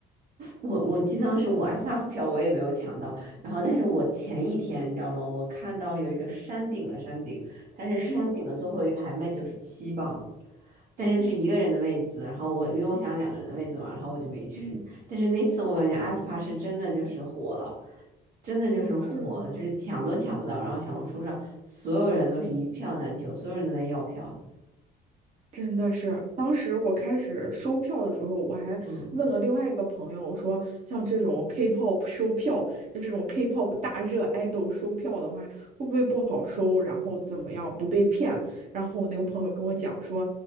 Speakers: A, on the right; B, on the right.
A: 我我记得当时我 S M F 票我也没有抢到，然后但是我前一天你知道吗？我看到有一个山顶的山顶，它是山顶的最后一排卖九十七磅，
B: 嗯
A: 但是是一个人的位子，然后我因为我想两个人的位子嘛，然后我就没去。
B: 嗯。
A: 但是那次我感觉 aespa 是真的就是火了，真的就是火了，
B: 是啊。
A: 就是抢都抢不到，然后小红书上所有人都是一票难求，所有人都在要票，
B: 真的是，当时我开始收票的时候，我还问了另外一个朋友，
A: 嗯。
B: 我说像这种 K-pop 收票，就这种 K-pop 大热 idol 收票的话，会不会不好收？然后怎么样不被骗？然后我那个朋友跟我讲说，